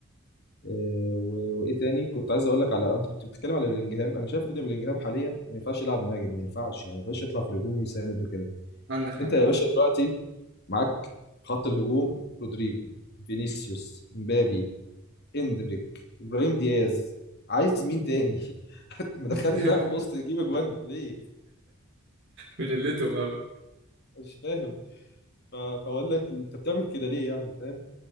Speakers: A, on the left; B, on the right.
A: آه و- وايه تاني كنت عايز اقول لك على انت كنت بتتكلم على بلينجهام انا شايف ان بلينجهام حاليا ما ينفعش يلعب مهاجم ما ينفعش يعني ما ينفعش يطلع في الهجوم ويساند وكده
B: عندك حق
A: انت يا باشا دلوقتي معاك خط الهجوم رودريجو فينيسيوس امبابي اندريك ابراهيم دياز عايز مين تاني <laughs> مدخل
B: <laughs>
A: لي لاعب وسط يجيب اجوان ليه
B: من قلتهم قوي
A: مش فاهم ف... فاقول لك انت بتعمل كده ليه يعني فاهم